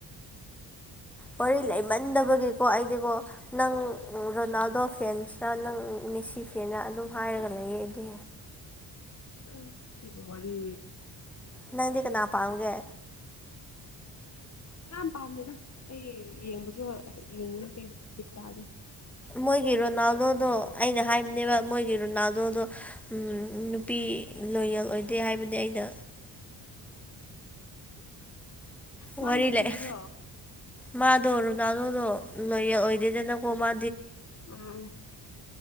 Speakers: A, in the centre; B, on the left (about 35°).
A: ꯋꯥꯔꯤ ꯂꯩꯃꯟꯗꯕꯒꯤꯀꯣ ꯑꯩꯗꯤꯀꯣ ꯅꯪ ꯔꯣꯅꯥꯜꯗꯣ ꯐꯦꯟꯁ ꯅꯪ ꯃꯦꯁꯤ ꯐꯦꯅ ꯑꯗꯨꯝ ꯍꯥꯏꯔꯒ ꯂꯩꯌꯦ ꯑꯩꯗꯤ
B: ꯎꯝ ꯁꯤ ꯋꯥꯔꯤ
A: ꯅꯪꯗꯤ ꯀꯅꯥ ꯄꯥꯝꯒꯦ
B: ꯌꯥꯝ ꯄꯥꯝꯃꯦꯗ ꯑꯩ ꯌꯦꯡꯕꯁꯨ ꯌꯦꯡꯅꯤꯡ ꯅꯠꯇꯦ ꯕꯤꯠ ꯇꯥꯗꯦ
A: ꯃꯣꯏꯒꯤ ꯔꯣꯅꯥꯜꯗꯣꯗꯣ ꯑꯩꯅ ꯍꯥꯏꯕꯅꯦꯕ ꯃꯣꯏꯒꯤ ꯔꯣꯅꯥꯜꯗꯣꯗꯣ ꯅꯨꯄꯤ ꯂꯣꯌꯦꯜ ꯑꯣꯏꯗꯦ ꯍꯥꯏꯕꯅꯤ ꯑꯩꯅ
B: ꯃꯥ
A: ꯋꯥꯔꯤ
B: ꯏꯔꯄꯤꯗ꯭ꯔꯣ
A: ꯂꯩ ꯃꯥꯗꯣ ꯔꯣꯅꯥꯜꯗꯣꯗꯣ ꯂꯣꯏꯌꯦꯜ ꯑꯣꯏꯗꯣꯏꯗꯅꯀꯣ ꯃꯥ
B: ꯑꯥ